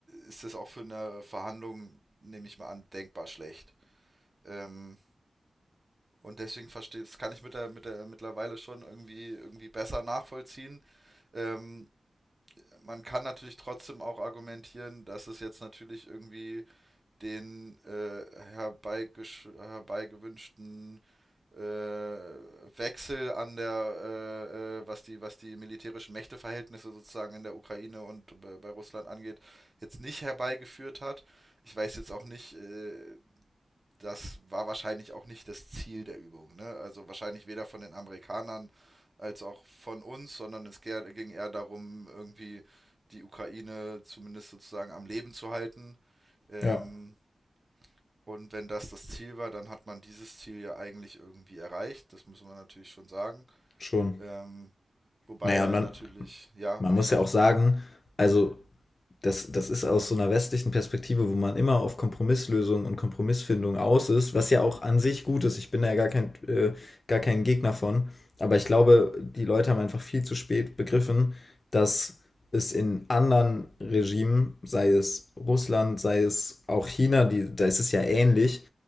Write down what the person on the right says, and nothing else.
ist das auch für eine Verhandlung, nehme ich mal an, denkbar schlecht. Ähm, und deswegen verstehe, das kann ich mit der, mit der mittlerweile schon irgendwie, irgendwie besser nachvollziehen. Ähm, man kann natürlich trotzdem auch argumentieren, dass es jetzt natürlich irgendwie den äh, herbeigesch- herbeigewünschten äh, Wechsel an der, äh, äh, was die, was die militärischen Mächteverhältnisse sozusagen in der Ukraine und bei, bei Russland angeht, jetzt nicht herbeigeführt hat. Ich weiß jetzt auch nicht, äh, das war wahrscheinlich auch nicht das Ziel der Übung. Ne? Also wahrscheinlich weder von den Amerikanern als auch von uns, sondern es ge- ging eher darum, irgendwie die Ukraine zumindest sozusagen am Leben zu halten. Ähm,
und wenn das das Ziel war, dann hat man dieses Ziel ja eigentlich irgendwie erreicht. Das müssen wir natürlich schon sagen.
Ähm, wobei
natürlich, ja,
nee,
sag,